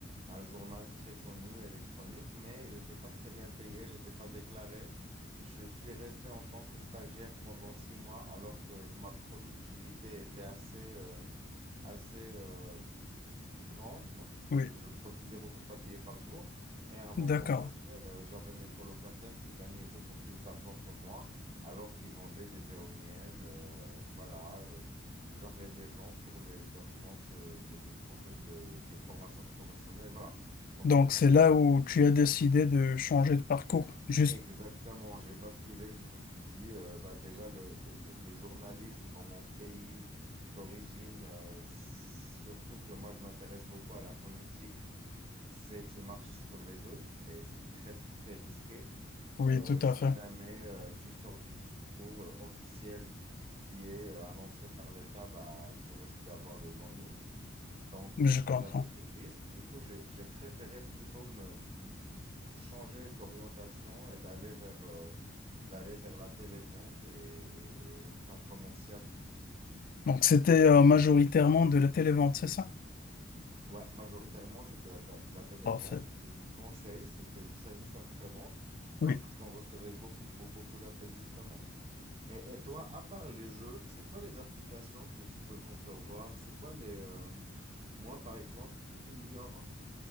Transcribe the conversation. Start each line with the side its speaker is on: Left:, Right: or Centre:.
Right: un journal très connu électronique, mais j'étais pas très bien payé, j'étais pas déclaré. Je suis resté en tant que stagiaire pendant six mois alors que ma productivité était assez, euh, assez euh, grande parce
Left: oui,
Right: que je, je produisais beaucoup de papier par jour. Et à un moment
Left: d'accord.
Right: donné, euh, j'avais mes colocataires qui gagnaient beaucoup plus d'argent que moi alors qu'ils vendaient des éoliennes. euh, voilà, euh, ils appelaient des gens pour les, leur compte euh, de, de, prof- de, de formation professionnelle. Voilà. Donc
Left: Donc,
Right: je me suis
Left: c'est là
Right: dit,
Left: où tu as décidé de changer de parcours. Juste,
Right: Exactement, j'ai basculé, je me suis dit, euh, bah déjà, le, le- le journalisme dans mon pays d'origine, euh, surtout que moi, je m'intéresse beaucoup à la politique, c'est tu marches sur les œufs, c'est, c'est très, très, très risqué.
Left: oui,
Right: Euh,
Left: tout
Right: si
Left: à fait.
Right: jamais euh, tu sors du discours euh, officiel qui est euh, annoncé par l'État, bah, tu risques d'avoir des ennuis. Donc,
Left: Je comprends.
Right: j'avais ce risque. Du coup, j'ai j'ai préféré plutôt me, me changer d'orientation et d'aller vers, euh, d'aller vers la télévente et, et- et être un commercial plutôt.
Left: Donc, c'était euh, majoritairement de la télévente, c'est ça?
Right: Ouais, majoritairement, c'était la- de la, de la télévente,
Left: Parfait.
Right: c'était du conseil, c'était du service après-vente
Left: Oui.
Right: parce qu'on recevait beaucoup, be- beaucoup d'appels justement. Et, et toi, à part les jeux, c'est quoi les applications que tu peux concevoir? C'est quoi les... euh, moi, par exemple, qui ignore